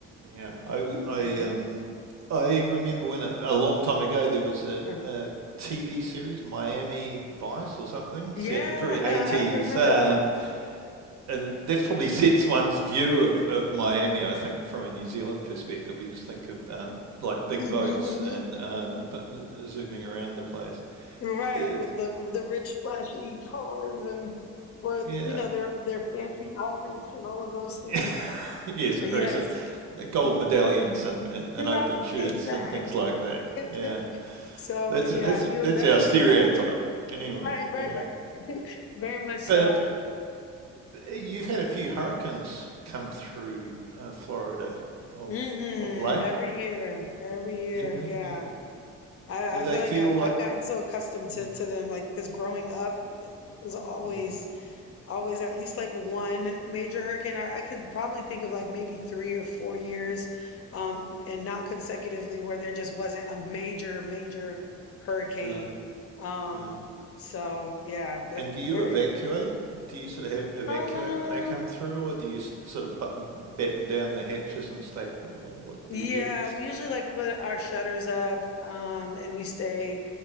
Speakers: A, on the right; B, on the left.
A: Yeah, I I
B: mhm.
A: um I remember when a, a long time ago there was a,
B: Mhm.
A: a TV series, Miami Vice or something,
B: Yeah,
A: set a very 80s,
B: <laughs> I remember.
A: um, and that's probably sets one's view of, of Miami, I think, from a New Zealand perspective. We just think of um, like big
B: hmm
A: boats
B: hmm
A: and um, but m- zooming around the place.
B: Right,
A: It,
B: with the the rich, flashy cars and with
A: yeah.
B: you know their their fancy outfits and all of those things.
A: <laughs> Yes, very
B: Yes,
A: so,
B: <laughs>
A: gold medallions and, and, and
B: right,
A: open shirts
B: exactly.
A: and things like that. Yeah.
B: <laughs> So
A: That's
B: yeah,
A: that's
B: you'll
A: that's
B: definitely
A: our stereotype
B: see that.
A: anyway.
B: Right, right,
A: Yeah,
B: right. <laughs> Very much so.
A: but it, it, you've had a few hurricanes come through uh, Florida of
B: hmm
A: of late.
B: Every year, every year,
A: Every
B: yeah.
A: year,
B: I,
A: do
B: I
A: they
B: feel like
A: feel
B: I've
A: like?
B: I've gotten so accustomed to
A: Mm,
B: to them, like because growing up it was always.
A: mm,
B: always at least like one major hurricane. I, I could probably think of like maybe three or four years, um, and not consecutively where there just wasn't a major, major hurricane.
A: yeah,
B: Um,
A: yeah.
B: so yeah, that's
A: And do you
B: very,
A: evacuate? Do you sort of have, evacuate
B: um,
A: when they come through, or do you s- sort of button, batten down the hatches and stay put? What what
B: yeah,
A: do you do?
B: we usually like put our shutters up, um, and we stay,